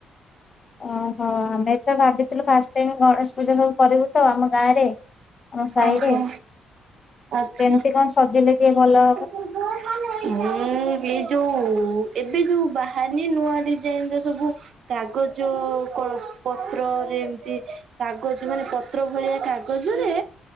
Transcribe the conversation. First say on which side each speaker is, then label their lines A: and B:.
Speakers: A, on the left (about 35°); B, on the right (about 65°).
A: ଓହୋ ଆମେ ତ ଭାବିଥିଲୁ ଫାଷ୍ଟ ଟାଇମ୍ ଗଣେଶ ପୂଜା ସବୁ କରିବୁ ତ ଆମ ଗାଁ ରେ। ଆମ ସାହିରେ
B: ଓହୋ। ଆଚ୍ଛା।
A: କେମିତି କଣ ସଜେଇଲେ ଟିକେ ଭଲ ହବ।
B: ମୁଁ ଏଇ ଯୋଉ ଏବେ ଯୋଉ ବାହରିନି ନୂଆ ଡିଜାଇନ୍ ର ସବୁ କାଗଜ କଣ ପତ୍ରରେ ଏମିତି କାଗଜ ମାନେ ପ ତ୍ର ଭଳିଆ କାଗଜରେ